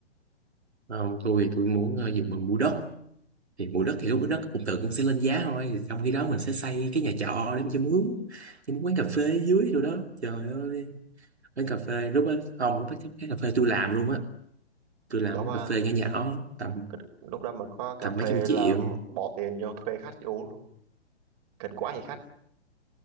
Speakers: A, on the right; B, on the right.
A: không, tôi thì tôi muốn ờ, dùng bằng mua đất thì mua đất thì lúc đó đất cũng tự cũng sẽ lên giá thôi Thì trong khi đó mình sẽ xây cái nhà trọ để mà cho mướn cho mướn quán cà phê dưới rồi đó trời ơi quán cà phê lúc đó không lúc đó cái cà phê tôi làm luôn á tôi làm
B: đó
A: quán
B: mà
A: cà phê nhỏ nhỏ tầm
B: c- lúc đó mà có cà
A: tầm mấy
B: phê
A: trăm triệu
B: là bỏ tiền vô thuê khách uống luôn cần quá thì khách